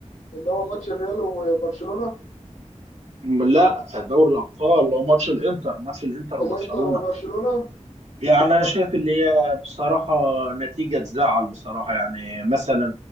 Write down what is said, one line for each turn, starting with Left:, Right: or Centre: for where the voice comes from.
Left: اللي هو ماتش الريال وبرشلونه
Right: مم، لا دوري الأبطال اللي هو ماتش الإنتر ماتش الإنتر وبرشلونة
Left: الانتر وبرشلونه
Right: يعني
Left: البرش-
Right: أنا شايف اللي هي بصراحة نتيجة تزعل بصراحة يعني مثلا